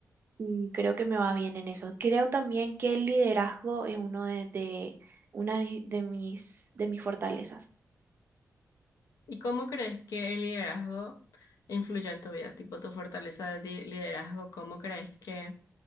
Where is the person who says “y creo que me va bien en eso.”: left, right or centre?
Right